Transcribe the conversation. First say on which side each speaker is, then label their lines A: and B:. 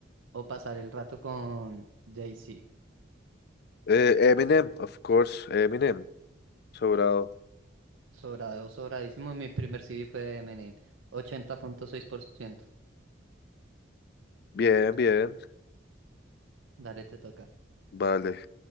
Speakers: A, on the right (about 80°); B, on the left (about 55°).
A: o pasar el rato con Jay-Z?
B: Eh, Eminem, of course, Eminem, sobrado.
A: Sobrado, sobradísimo. Mi primer CD fue Eminem. Ochenta punto seis por ciento.
B: Bien, bien,
A: Dale, te toca.
B: vale.